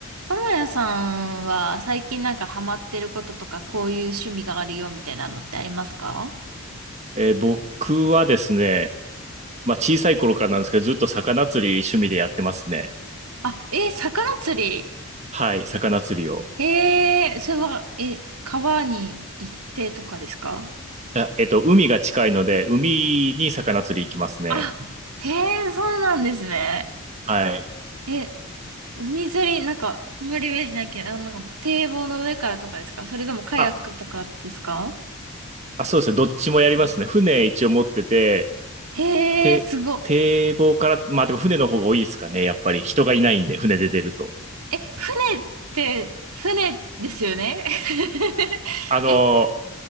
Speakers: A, on the right (about 80°); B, on the right (about 30°).
A: ともやさんは最近なんかハマってることとか、こういう趣味があるよみたいなのってありますか
B: えー僕はですね、まあ、小さい頃からなんですけど、ずっと魚釣り趣味でやってますね。
A: あ、えー魚釣り。
B: はい、魚釣りを。
A: えー、それは、え、川に行ってとかですか
B: あえっと、海が近いので、海に魚釣り行きますね。
A: あ、へえ、そうなんですね。
B: はい。
A: え、海釣り、なんか、あんまりイメージないけど、あの、なんか堤防の上からとかですかそれともカヤックとかですか
B: あ、あ、そうですね。どっちもやりますね。船一応持ってて、
A: へえ、
B: て、
A: すごっ。
B: 堤防から、まあでも船の方が多いですかね。やっぱり人がいないんで、船で出ると。
A: え、船って、船ですよね <laughs>
B: あのー
A: え、